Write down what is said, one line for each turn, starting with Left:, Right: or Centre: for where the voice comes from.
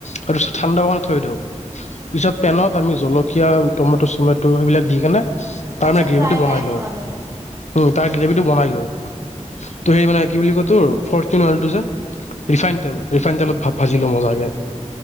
Left: তাৰপিছত ঠাণ্ডা হ'বলে থৈ দিওঁ, পিছত পেনত আমি জলকীয়া টমেট', চমেট' সেইবিলাক দি কেনে তাৰমানে
Right: আচ্ছা
Left: গ্ৰেভিটো
Right: ফ্ৰাই
Left: বনাই
Right: টাইপ
Left: লওঁ,
Right: হয় মানে
Left: উম, তাৰ গ্ৰেভিটো বনাই লওঁ। ত' সেই মানে কি বুলি কয়? তোৰ ফৰ্চুন অইলটো যে। ৰিফাইন তেল, ৰিফাইন তেলত ভা-ভাজি লওঁ মজাকে,